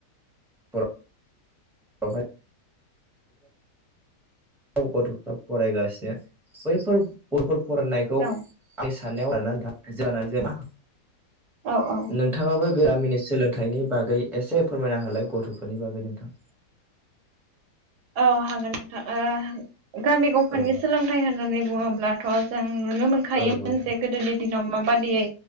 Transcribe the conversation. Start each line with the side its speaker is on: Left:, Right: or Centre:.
Centre: <unintelligible> बेवहाय औ गथ'फ्रा फरायगासिनो बैफोर गथ'फो फरायनायखौ
Right: औ
Centre: आंनि साननायाव आरो ना नोंथां जानानै जाया मा
Right: औ औ
Centre: नोंथाङाबो बे गामिनि सोलोंथाइनि बागै एसे फोरमायना होलाय गथ'फोरनि बागै नोंथां।
Right: औ हांगोन नोंथां ओ गामि गंफानि
Centre: औ
Right: सोलोंथाइ होननानै बुङोब्लाथ' जों नुनो मोनखायोमोन
Centre: औ औ
Right: जे गोदोनि दिनाव माबा बादियै